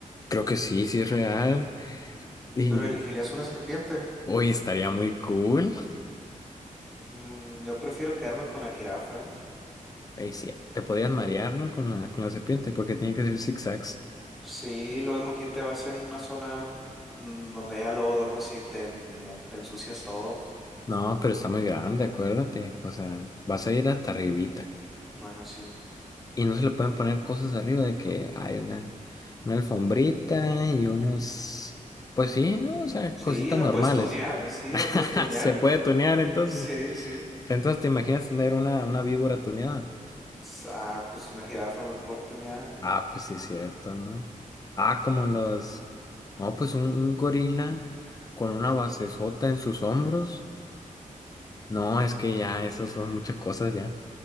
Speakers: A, on the left (about 25°); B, in the centre.
A: Creo que sí, sí es real. Y
B: pero elegirías una serpiente.
A: hoy estaría muy cool.
B: Mm, yo prefiero quedarme con la jirafa, ¿eh?
A: Ahí sí, te podían marear, ¿no? Con la, con la serpiente, porque tiene que hacer zigzags.
B: Sí, luego imagínate, vas en una zona mm, donde haya lodo o algo así, te, en- mo- te ensucias todo.
A: No, pero está muy grande, acuérdate. O sea, vas a ir hasta arribita.
B: Bueno, sí.
A: Y no se le pueden poner cosas arriba de que hay una, una alfombrita y unos... Pues sí, ¿no? O sea,
B: Sí,
A: cositas
B: la
A: normales.
B: puedes tunear,
A: <laughs>
B: sí, la puedes tunear.
A: Se puede
B: <laughs>
A: tunear entonces.
B: Sí, sí.
A: Entonces, ¿te imaginas tener una, una víbora tuneada?
B: S- Ah, pues una jirafa mejor tuneada.
A: Ah, pues sí es cierto, ¿no? Ah, como los... No, pues un, un gorila con una basezota en sus hombros. No, es que ya, eso son muchas cosas ya.